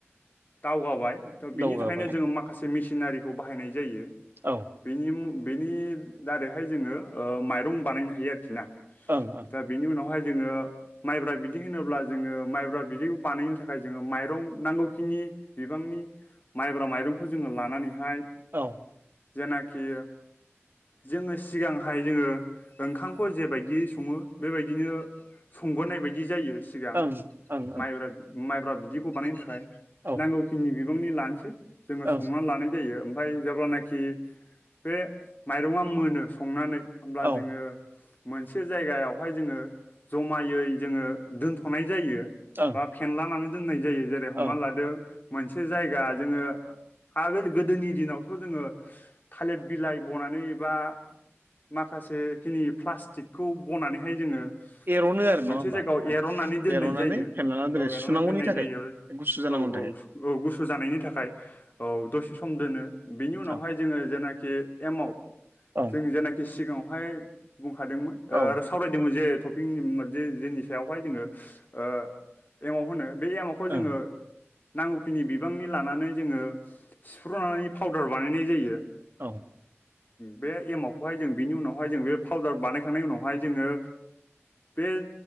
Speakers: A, on the left; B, on the right.
A: दावगाबाय। दा बिनि
B: दावगाबाय
A: थाखायनो जोङो माखासे मेचिनारिखौ बाहायनाय जायो।
B: औ
A: बेनि बेनि दारैहाय जोङो ओ माइरं बानायनो हायो आरोखि ना?
B: ओं ओं
A: दा बेनि उनावहाय जोङो माइब्रा बिदि होनोब्ला जोङो माइब्रा बिदैखौ बानायनो थाखाय जोङो माइरं नांगौखिनि बिबांनि माइब्रा माइरंखौ जोङो लानानैहाय
B: औ
A: जेनाखि जोङो सिगांहाय जोङो ओंखामखौ जेबायदि सङो बेबायदिनो संबोनाय बायदि जायो। सिगां
B: ओं ओं
A: माइब्रा माइब्रा बिदिखौ बानायनो थाखाय
B: औ
A: नांगौखिनि बिबांनि लानोसै जोङो
B: ओं
A: संनानै लानाय जायो। ओमफ्राय जेब्लानाखि बे माइरङा मोनो संनानै
B: औ
A: जोङो मोनसे जायगायावहाय जोङो जमायै जोङो दोनथ'नाय जायो।
B: ओं
A: बा फेनलानानै दोननाय जायो जेरै हमना
B: औ
A: लादो मोनसे जायगा जोङो आगोल गोदोनि दिनावथ' जोङो थालेद बिलाइ बनानै एबा माखासे बे खिनि प्लास्टिकखौ बनानैहाय जोङो
B: एर'नो आरो नङा
A: मोनसे
B: होमबा
A: जायगायाव
B: ओं
A: एर'नानै दोननाय
B: एर'नानै
A: जायो
B: फेनलाना दोनो
A: औ एर'नानै
B: सुनांगौनि
A: दोननाय
B: थाखाय
A: जायो आरो
B: गुसु जानांगौनि
A: औ
B: थाखाय
A: औ औ गुसु जानायनि थाखाय औ दसे थ सम दोनो बिनि उनावहाय
B: ओं
A: जोङो जेनाखि एमाव
B: ओं
A: जों जेनाखि सिगाङाव बेहाय बुंखादोंमोन
B: औ
A: सावरायदोंमोन जे टपिक जे जेनि सायावहाय जोङो ओ एमव होनो बे एमावखौ
B: औ
A: जोङो
B: ओं
A: नांगौखिनि बिबांनि लानानै जोङो सिफ्र'नानै पावउदार बानायनाय जायो
B: औ
A: बे एमावखौहाय जों बिनि उनावहाय जों बे फाउदार बानायखांनायनि उनावहाय जोङो बे